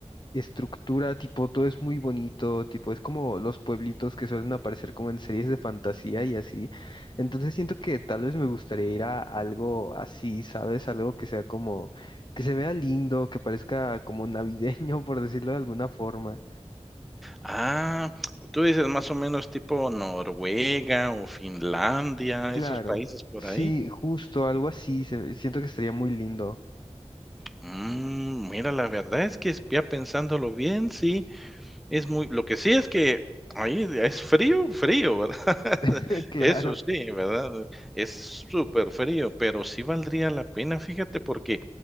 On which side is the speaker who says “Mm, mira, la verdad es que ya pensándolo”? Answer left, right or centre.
Centre